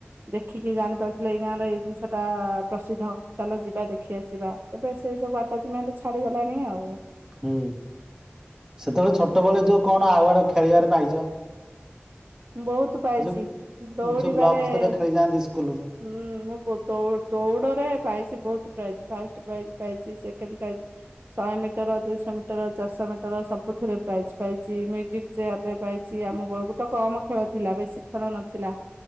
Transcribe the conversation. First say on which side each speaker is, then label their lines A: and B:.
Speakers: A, on the right; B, on the right.
A: ଦେଖିକି ଜାଣିପାରୁଥିଲେ ଏଇ ଗାଁରେ ଏଇ ଜିନିଷ ଟା ପ୍ରସିଦ୍ଧ ଚାଲ ଯିବା ଦେଖି ଆସିବା ଏବେ ସେଇ ସବୁ ଆଟାଚମେଣ୍ଟ ଛାଡିଗଲାଣି ଆଉ।
B: ହୁଁ ସେତେବେଳେ ଛୋଟବେଳେ ଯୋଉ କଣ ଆୱାର୍ଡ ଖେଳିବାରେ ପାଇଛ?
A: ବହୁତ ପାଇଛି
B: ଯୋଉ
A: ଦୌଡ଼ିବାରେ
B: ଯୋଉ ବ୍ଲକ ସ୍ତରୀୟ
A: ହୁଁ।
B: ଖେଳି ଯାଆନ୍ତି ସ୍କୁଲରୁ
A: ମୁଁ ଦୋ ଦୋ ଦୌଡ଼ରେ ପାଇଛି ବହୁତ ପ୍ରାଇଜ ଫାଷ୍ଟ ପ୍ରାଇଜ ପାଇଛି ସେକେଣ୍ଡ ପ୍ରାଇଜ୍ ଶଏ ମିଟର ଦୁଇଶ ମିଟର ଚାରିଶ ମିଟର ସବୁଥିରେ ପ୍ରାଇଜ ପାଇଚି ମ୍ୟୁଜିକ ଚେୟାର ରେ ପାଇ ଚି ଆମ ବେଳକୁ ତ କମ ଖେଳ ଥିଲା ବେଶି ଖେଳ ନଥିଲା